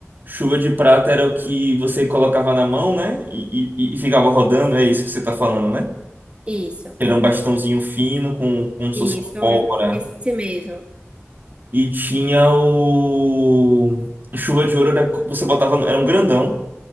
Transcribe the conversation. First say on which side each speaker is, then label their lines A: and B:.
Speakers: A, on the right (about 45°); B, on the right (about 25°).
A: Chuva de prata era o que você colocava na mão, né? E, e- e ficava rodando, é isso que você tá falando, né?
B: Isso,
A: Era um bastãozinho fino, com, como se
B: isso,
A: fosse uma pólvora.
B: é esse mesmo.
A: E tinha o. Chuva de ouro era. co- Você botava. no- Era um grandão